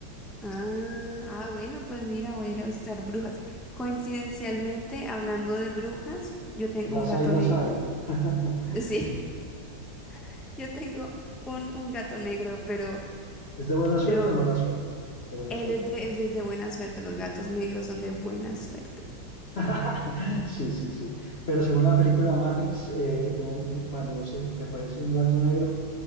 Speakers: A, in the centre; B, on the left.
A: ah, ah, bueno, pues mira, voy a ir a visitar Brujas. Coincidencialmente, hablando de brujas, yo tengo
B: las
A: un gato
B: hay las
A: negro.
B: hay. <laughs>
A: Sí, <laughs> yo tengo un, un gato negro, pero,
B: ¿Es de buena suerte
A: pero
B: o de mala suerte? De buena
A: él
B: suerte.
A: es de, él es de buena suerte. Los gatos
B: Ah,
A: negros son de buena suerte.
B: <laughs> Sí, sí, sí. Pero según la película Matrix, eh, un- cuando se te aparece un gato negro,